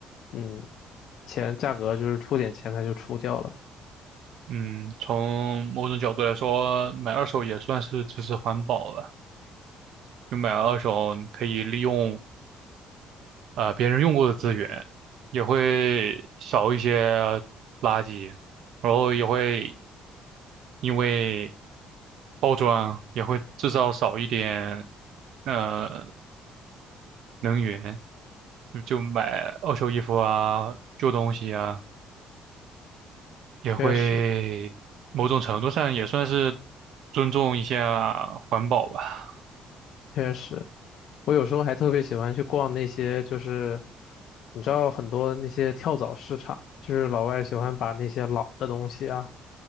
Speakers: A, on the left (about 55°); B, on the right (about 60°).
A: 嗯，钱价格就是出点钱他就出掉了，
B: 嗯，从某种角度来说，买二手也算是支持环保了。就买二手，你可以利用啊、呃别人用过的资源，也会少一些垃圾，然后也会因为包装也会制造少一点呃能源，就就买二手衣服啊、旧东西啊，也会某种程度上也算是
A: 确实
B: 尊重一下环保吧。
A: 确实。我有时候还特别喜欢去逛那些，就是你知道很多那些跳蚤市场，就是老外喜欢把那些老的东西啊，